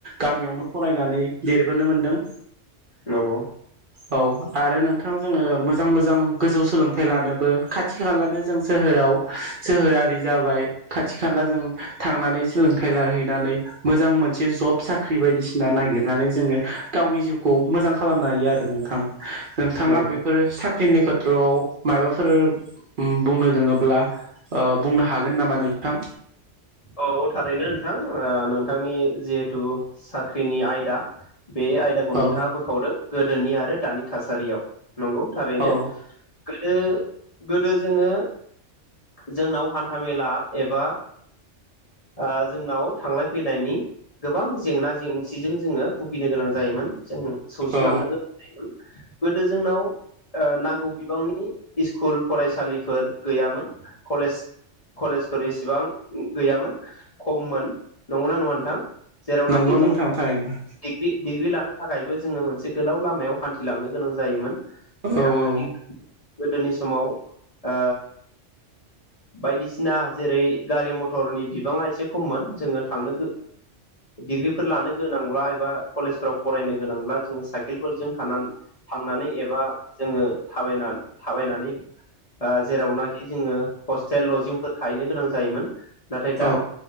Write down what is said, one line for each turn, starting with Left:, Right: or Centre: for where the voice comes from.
Right: गामियावनो फरायनानै देर नुनो मोनदों
Left: नंगौ
Right: औ आरो नोंथां जोङो मोजां मोजां गोजौ सोलोंथाइ लानोबो खाथि खालानो जों सोहोराव सोहोरारि जाबाय खाथि खाला जों थांनानै सोलोंथाइ लाहैनानै मोजां मोनसे जब साख्रि बायदिसिना नागिरनानै जोङो गावनि जिउखौ मोजां खालामनो हायो आरो नोंथां नोंथाङा
Left: नंगौ
Right: बेफोरो सा साख्रिनि खेथ्रआव मायाबाफोर उम बुंनो दोङोब्ला ओ बुंनो हागोन नामा मा नोंथां
Left: औ थारैनो नोंथां ओ नोंथांनि जिहेथु साख्रिनि आयदा बे आयदाखौ
Right: औ
Left: नोंथाङा बोखावदों गोदोनि आरो दानि थासारियाव नंगौ थारैनो
Right: औ
Left: दो गोदो जोङो जोंनाव हान्थामेला एबा ओ जोंनाव थांलाय फैलायनि गोबां जेंना जेंसिजों जोङो भुगिनो गोनां जायोमोन जों सौसिलांनो
Right: औ
Left: गोनां जायोमोन। गोदो जोंनाव ओ नांगौ बिबांनि स्कुल फरायसालिफोर गैयामोन कलेज कलेजफोर एसेबां गैयामोन खममोन नंगौना नङा नोंथां। जेरावनाखि
Right: नंगौ
Left: जों
Right: नोंथां थारैनो।
Left: डिग्रि डिग्रि लानो। थाखायबो जोङो मोनसे गोलाव लामायाव हान्थिलांनो गोनां जायो। जायोमोन जेरावनाखि
Right: औ औ
Left: गोदोनि समाव ओ बायदिसिना जेरै गारि मथरनि बिबाङा एसे खममोन जोङो थांनो डिग्रिफोर लानो गोनां ल्बा एबा कलेजफ्राव फरायनो गोनांब्ला जोङो साइकेलफोरजों थानानै थांनानै एबा जोङो थाबायना थाबायनानै ओ जेरावनाखि जोङो हस्टेल लजिंफोर थाहैनो गोनां जायोमोन। नाथाय दा
Right: औ